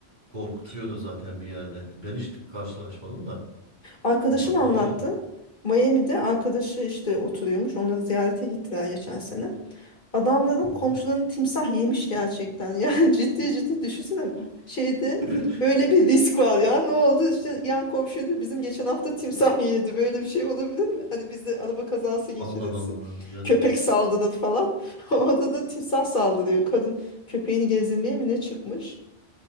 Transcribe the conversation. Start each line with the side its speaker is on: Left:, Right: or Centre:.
Right: Korkutuyor
Left: Ş-
Right: da zaten bir yerde. Ben hiç karşılaşmadım da
Left: Arkadaşım
Right: mutlaka
Left: anlattı.
Right: oluyordur.
Left: Miami'de arkadaşı işte oturuyormuş. Onları ziyarete gittiler geçen sene. Adamların komşularını
Right: Hı hı.
Left: timsah yemiş gerçekten. <laughs> Yani ciddi ciddi düşünsene. bir- Şeyde
Right: <laughs>
Left: böyle bir risk var ya. Ne oldu? İşte yan komşuydu bizim geçen hafta timsah <laughs> yedi. Böyle bir şey olabilir mi? Hani bizde araba kazası geçirirsin.
Right: Allah Allah. Ya
Left: Köpek saldırır falan. <laughs> Orada da timsah saldırıyor. Kadın köpeğini gezdirmeye mi ne çıkmış?